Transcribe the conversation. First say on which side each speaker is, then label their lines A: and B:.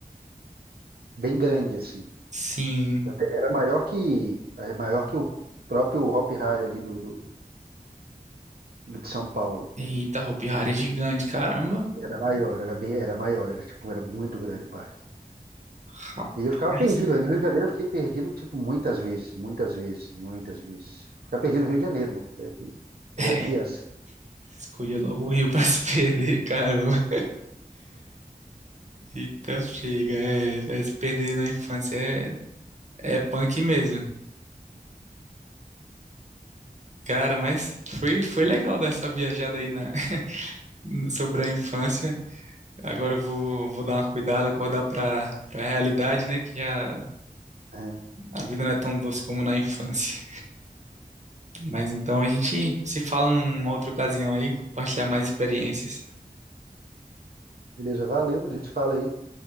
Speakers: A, on the right; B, on the right.
A: bem grande, assim.
B: Sim,
A: Até era maior que, é, maior que o próprio Hop Hari ali do, do, do de São Paulo.
B: Eita, Hopi Hari é gigante, caramba.
A: Era maior, era bem, era maior, era tipo, era muito grande o parque.
B: Rapaz.
A: E eu ficava perdido. Aí no Rio de Janeiro eu fiquei perdido, tipo, muitas vezes, muitas vezes, muitas vezes. Ficar perdido no Rio de Janeiro, né? Aí, Quando
B: É,
A: eu era criança.
B: escolheu logo o Rio pra <laughs> se perder, caramba. Eita, chega. É, é, se perder na infância é, é punk mesmo. Cara, mas foi, foi legal dar essa viajada aí na, <laughs> sobre a infância. Agora eu vou, vou dar uma cuidada, acordar pra, pra realidade, né? Que a,
A: É.
B: a vida não é tão doce como na infância. Mas então a gente se fala numa outra ocasião aí, compartilhar mais experiências.
A: Beleza, valeu, a gente fala aí.